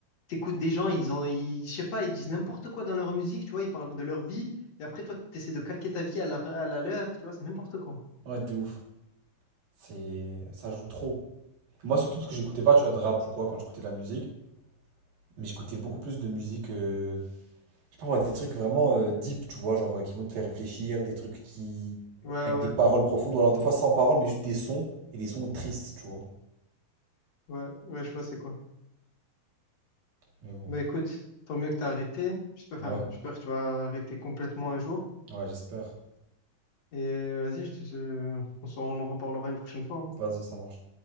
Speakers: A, on the left (about 50°); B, on the right (about 75°).
A: T'écoutes des gens ils ont ils... je sais pas ils disent n'importe quoi dans leur musique tu vois ils parlent de leur vie et après toi t'essaies de calquer ta vie à la à la leur tu vois c'est n'importe quoi.
B: Ouais, de ouf. C'est... Ça joue trop. Moi, surtout parce que j'écoutais pas, tu vois, de rap ou quoi quand j'écoutais de la musique. Mais j'écoutais beaucoup plus de musique. euh, Je sais pas moi, des trucs vraiment euh, deep, tu vois, genre euh, qui vont te faire réfléchir, des trucs qui.
A: Ouais
B: avec
A: ouais.
B: des paroles profondes, ou alors des fois sans paroles, mais juste des sons, et des sons tristes, tu vois.
A: Ouais, ouais, je vois c'est quoi.
B: Mais bon.
A: Bah écoute, tant mieux que t'as arrêté. J'espère, enfin,
B: Ouais,
A: j'espère que tu vas arrêter complètement un jour.
B: ouais, j'espère.
A: Et vas-y, je te, je- on s'en- on en reparlera une prochaine fois. hein.
B: Vas-y, ça marche.